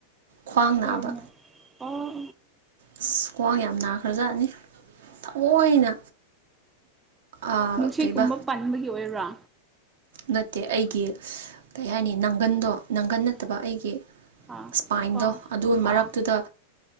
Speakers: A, on the right (about 75°); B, on the right (about 15°).
A: ꯈ꯭ꯋꯥꯡ
B: ꯀꯩꯑꯣꯏꯅ
A: ꯅꯥꯕ
B: ꯑꯣ
A: ꯑꯁ ꯈ꯭ꯋꯥꯡ ꯌꯥꯝ ꯅꯥꯈ꯭ꯔꯖꯥꯠꯅꯤ ꯊꯑꯣꯏꯅ ꯑ
B: ꯅꯨꯡꯁꯤꯠꯀꯨꯝꯕ
A: ꯀꯩꯕ
B: ꯄꯟꯕꯒꯤ ꯑꯣꯏꯔꯣ
A: ꯅꯠꯇꯦ ꯑꯩꯒꯤ ꯀꯩ ꯍꯥꯏꯅꯤ ꯅꯪꯒꯟꯗꯣ ꯅꯪꯒꯟ ꯅꯠꯇꯕ
B: ꯎꯝ
A: ꯑꯩꯒꯤ
B: ꯑꯥ
A: ꯁ꯭ꯄꯥꯏꯟꯗꯣ
B: ꯈ꯭ꯋꯥꯡ
A: ꯑꯗꯨ ꯃꯔꯛꯇꯨꯗ
B: ꯑꯥ